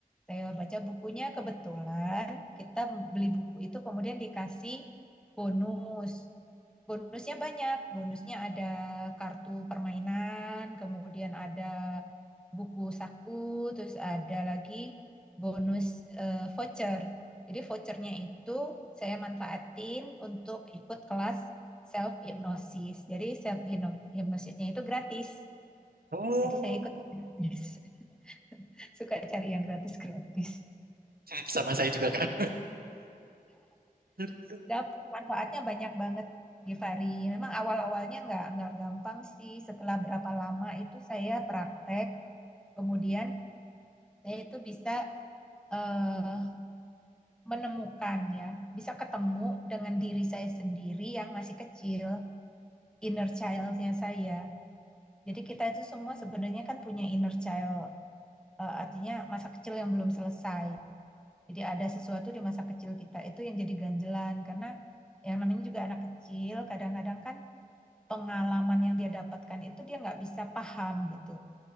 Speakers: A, in the centre; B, on the right.
A: Saya baca bukunya kebetulan kita beli buku itu kemudian dikasih bonus bonusnya banyak. Bonusnya ada kartu permainan, kemudian ada buku saku, terus ada lagi bonus eh, voucher. Jadi vouchernya itu saya manfaatin untuk ikut kelas self hypnosis. Jadi self hypnosisnya itu gratis.
B: Oh,
A: Jadi saya ikut gratis. <laughs> Suka cari yang gratis-gratis.
B: sama saya juga Kak. <laughs>
A: Dapur manfaatnya banyak banget, Givari. Memang awal-awalnya nggak nggak gampang sih. Setelah berapa lama itu saya praktek, kemudian saya itu bisa eh, menemukan ya, bisa ketemu dengan diri saya sendiri yang masih kecil, inner child-nya saya. Jadi kita itu semua sebenarnya kan punya inner child, eh, artinya masa kecil yang belum selesai. Jadi ada sesuatu di masa kecil kita itu yang jadi ganjelan karena yang namanya juga anak kecil, kadang-kadang kan pengalaman yang dia dapatkan itu dia nggak bisa paham gitu.